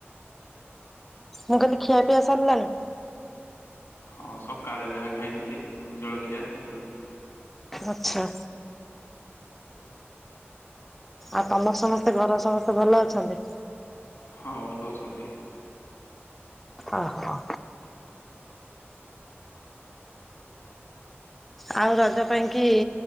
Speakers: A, in the centre; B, on the left.
A: ମୁଁ କହିଲି ଖିଆ ପିଆ ସରିଲାଣି?
B: ହଁ ସକାଳେ ଯାହା ଖାଇଥିଲି ଜଳଖିଆ ହେତିକି।
A: ଆଚ୍ଛା। ଆଉ ତମର ସମସ୍ତେ ଘର ସମସ୍ତେ ଭଲ ଅଛନ୍ତି?
B: ହଁ ଭଲ ଅଛନ୍ତି।
A: ଓହୋ। ଆଉ ରଜ ପାଇଁ କି